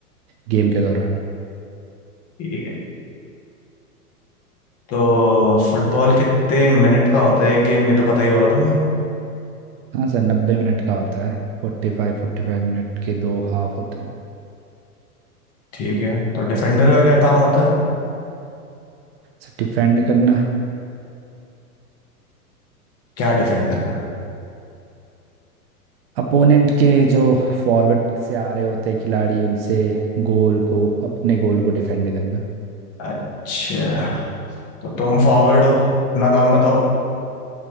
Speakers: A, on the right (about 40°); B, on the left (about 30°).
A: गेम के दौरान
B: ठीक है। तो फुटबॉल कितने मिनट का होता है एक गेम ये तो पता ही होगा तुम्हें
A: हाँ सर नब्बे मिनट का होता है फोर्टी फाइव फोर्टी फाइव मिनट के दो हाफ होते हैं
B: ठीक है तो डिफेंडर का क्या काम होता है
A: सर डिफेंड करना
B: क्या डिफेंड करना
A: अपोनेंट के जो फॉरवर्ड से आ रहे होते हैं खिलाड़ी उनसे गोल को अपने गोल को डिफेंड करना
B: है अच्छा तो तुम फॉरवर्ड हो अपना काम बताओ